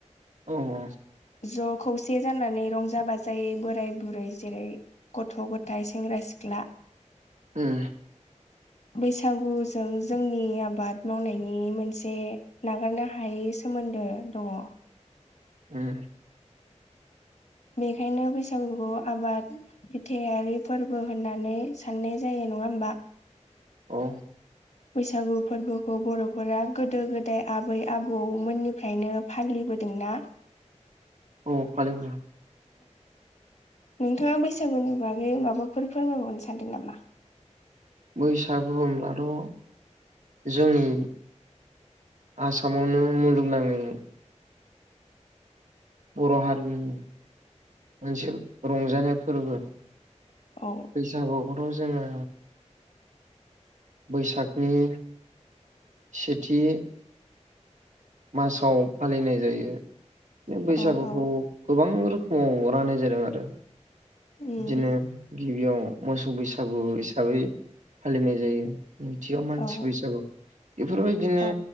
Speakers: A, on the right; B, on the left.
A: औ-औ
B: ज' खौसे जानानै रंजा बाजायै बोराय बुरै जेरै गथ' गथायाइ सेंग्रा सिख्ला
A: उम
B: बैसागुजों जोंनि आबाद मावनायनि मोनसे नागारनो हायै सोमोन्दो दंङ।
A: उम
B: बेखायनो बैसागु आबाद बिथायारि फोरबो होननानै साननाय जायो नङा होमबा?
A: औ
B: बैसागु फोरबोखौ बर'फोरा गोदो गोदाय आबै आबौमोननिफ्रायनो फालिबोदोंना?
A: औ फालि बोदों।
B: नोंथाङा बैसागुनि बागै माबाफोर फोरमायबावनो सानदों नामा?
A: बैसागु बुंब्लाथ' जोंनि आसामावनो मुलुगनाङै बर' हारिनि मोनसे रंजानाय फोरबो
B: औ
A: बैसागु खौथ जोङो बैसागनि सेथि मासाव फालिनाय जायो बि बैसागुखौ
B: औ औ
A: गोबां रोखोमाव राननाय जादों आरो
B: उम
A: बिदिनो गिबियाव मोसौ बैसागु हिसाबै फालिनाय जायो। नैथियाव मानसि
B: औ
A: बैसागु बेफोरबायदिनो
B: औ